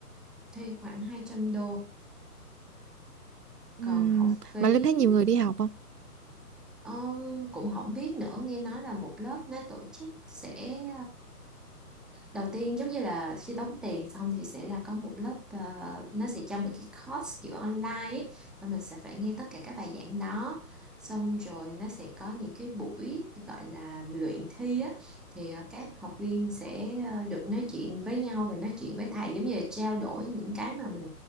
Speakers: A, in the centre; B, on the right.
A: thi khoảng hai trăm đô
B: Ừm,
A: còn học phí
B: mà Linh thấy nhiều người đi học không?
A: ờ, cũng không biết nữa nghe nói là một lớp nó tổ chức sẽ đầu tiên giống như là khi đóng tiền xong thì sẽ là có một lớp ờ, nó sẽ cho mình cái course kiểu online ấy và mình sẽ phải nghe tất cả các bài giảng đó xong rồi nó sẽ có những cái buổi gọi là luyện thi á thì ờ, các học viên sẽ ờ, được nói chuyện với nhau và nói chuyện với thầy giống như là trao đổi những cái mà mình